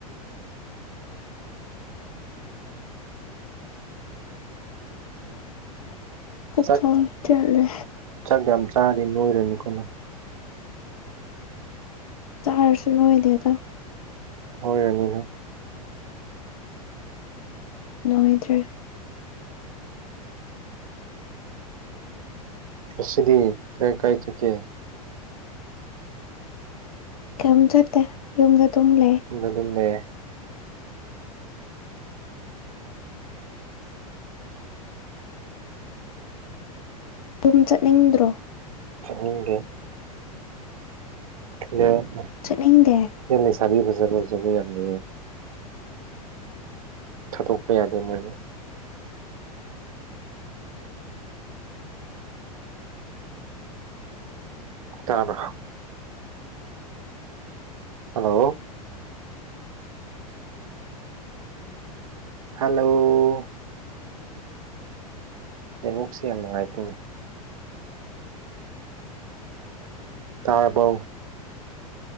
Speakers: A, on the right; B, on the left.
A: ꯆꯥꯛ
B: ꯄ ꯆꯂꯦ
A: ꯆꯥꯛ ꯌꯥꯝ ꯆꯥꯗꯤ ꯅꯣꯏꯔꯅꯤꯀꯣꯅ
B: ꯇꯔꯁꯨ ꯑꯣꯏꯗꯦꯗ
A: ꯍꯣꯏꯔꯅꯤ ꯅ
B: ꯅꯨꯡꯉꯥꯏꯇ꯭ꯔꯦ
A: ꯑꯁꯤꯗꯤ ꯀꯥꯏ ꯀꯥꯏ ꯆꯨꯀꯤꯦ
B: ꯀꯩꯝ ꯆꯠꯇꯦ ꯌꯨꯝꯗ ꯑꯗꯨꯝ ꯂꯩ
A: ꯑꯗꯨ ꯑꯗꯨꯦ
B: ꯑꯗꯨꯨꯝ ꯆꯠꯅꯤꯡꯗ꯭ꯔꯣ
A: ꯍꯒꯦ ꯑ
B: ꯆꯠꯅꯗꯦ
A: ꯁꯦꯝꯂꯤ ꯁꯥꯕꯤ ꯖꯔ ꯖ ꯃꯤ ꯌꯥꯝ ꯂꯩꯌꯦ ꯊꯥꯗꯣꯛꯄ ꯌꯥꯗꯦ ꯃꯣꯏꯅ ꯇꯥꯕ꯭ꯔꯣ ꯍꯜꯂꯣ ꯍꯜꯂꯣ ꯕꯣꯛꯁꯤꯦ ꯌꯥꯝ ꯅꯨꯡꯉꯥꯏꯇꯅꯦ ꯇꯥꯔꯦꯕꯧ